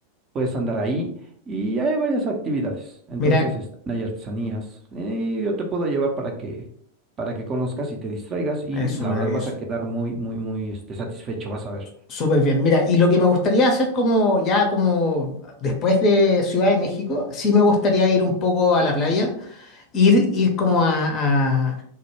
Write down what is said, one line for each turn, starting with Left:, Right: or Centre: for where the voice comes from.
Right: Puedes andar ahí y hay varias actividades. Entonces,
Left: Mira,
Right: este, hay artesanías. eh, yo te puedo llevar para que, para que conozcas y te distraigas y
Left: eso,
Right: la
Left: maravilloso.
Right: verdad vas a quedar muy, muy, muy este, satisfecho, vas a ver.
Left: Súper bien. Mira, y lo que me gustaría hacer como ya como después de Ciudad de México, sí me gustaría ir un poco a la playa, ir, ir como a,